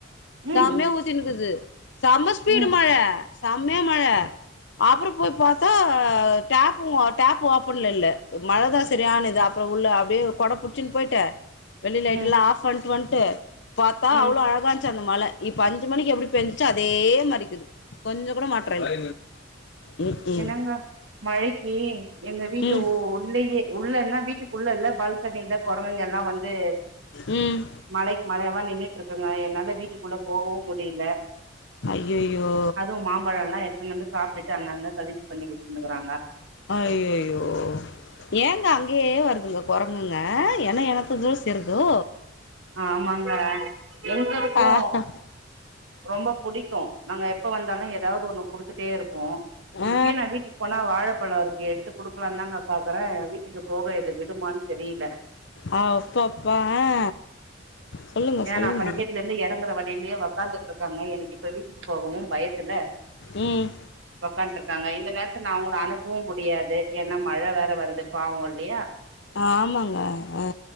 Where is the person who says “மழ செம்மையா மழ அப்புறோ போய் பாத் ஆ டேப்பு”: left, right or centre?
Left